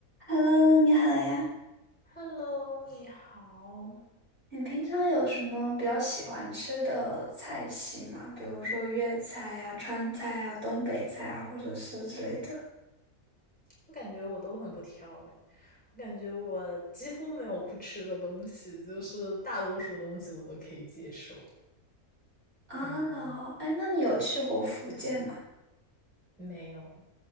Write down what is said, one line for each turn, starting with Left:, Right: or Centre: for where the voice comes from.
Right: Hello，你好呀。
Centre: Hello，你好。
Right: 你平常有什么比较喜欢吃的菜系吗？比如说粤菜呀、川菜啊、东北菜啊，或者是之类的。
Centre: 我感觉我都很不挑哎，我感觉我几乎没有不吃的东西，就是大多数东西我都可以接受。
Right: 啊，
Centre: 嗯，
Right: 哎，那你有去过福建吗？
Centre: 没有。